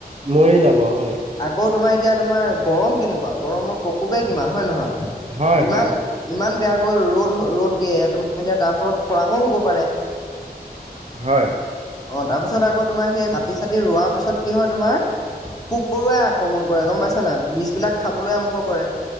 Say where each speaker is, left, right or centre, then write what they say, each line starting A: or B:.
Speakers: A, on the right; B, on the left.
A: মৰি যাব হয়।
B: আকৌ তোমাৰ এতিয়া তোমাৰ গৰম কেনেকুৱা গৰমৰ প্ৰকোপে কিমান হয় নহয়
A: হয়
B: ইমান
A: হয়
B: ইমান বেয়া ৰ'দ ৰ'দ দিয়ে তমি এতিয়া তাৰ ফলত খৰাংও হ'ব। পাৰে
A: হয়।
B: অ তাৰ পিছত আকৌ তোমাৰ সেই মাটি চাটি ৰোৱাৰ পিছত কি হয় তোমাৰ পোক পৰুৱাই আক্ৰমণ কৰে গম পাইছা নাই বীজবিলাক খাবলৈ আৰম্ভ কৰে